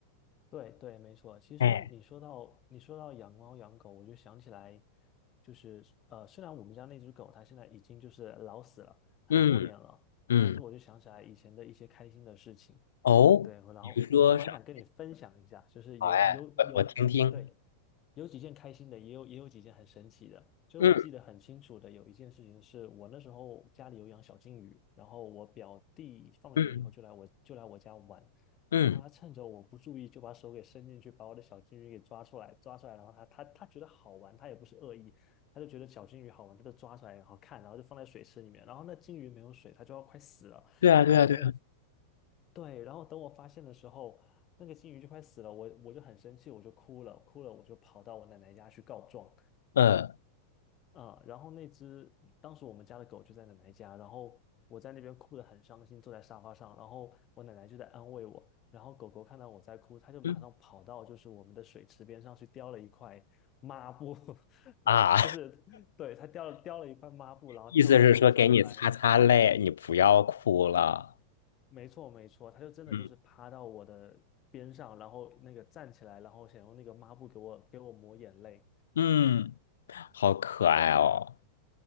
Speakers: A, on the left (about 30°); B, on the left (about 65°).
A: 对对，没错。其实你说到你说到养猫养狗，
B: 哎，
A: 我就想起来，就是呃，虽然我们家那只狗它现在已经就是老死了很多年了，
B: 嗯嗯，
A: 但是我就想起来以前的一些开心的事情，
B: 哦，
A: 对，然后就蛮想跟你分享一下，
B: 比如说啥？
A: 就是有有有对，
B: 好哎，我我听听。
A: 有几件开心的，也有也有几件很神奇的。就是我记得很清楚的，
B: 嗯
A: 有一件事情是我那时候家里有养小金鱼，然后我表弟放学以后就来我就来我家玩。
B: 嗯嗯，
A: 然后他趁着我不注意，就把手给伸进去，把我的小金鱼给抓出来，抓出来，然后他他他觉得好玩，他也不是恶意，他就觉得小金鱼好玩，他就抓出来，然后看，然后就放在水池里面，然后那金鱼没有水，它就要快死了，
B: 对啊对啊对啊。
A: 然后等我，对，然后等我发现的时候，那个金鱼就快死了，我我就很生气，我就哭了，哭了，我就跑到我奶奶家去告状，
B: 嗯
A: 嗯，然后那只当时我们家的狗就在奶奶家，然后我在那边哭得很伤心，坐在沙发上，然后我奶奶就在安慰我，然后狗狗看到我在哭，它就马上跑到就是我们的水池边上去叼了一块抹布，
B: 嗯
A: <laughs>
B: 啊，
A: 就是对，它叼了叼了一块抹布，
B: <laughs>
A: 然后跳到沙发上面来，
B: 意思是说给你擦擦泪，你不要哭了。
A: 没错没错，它就真的就是趴到我的边上，
B: 嗯，
A: 然后那个站起来，然后想用那个抹布给我给我抹眼泪，
B: 嗯，好可爱哦。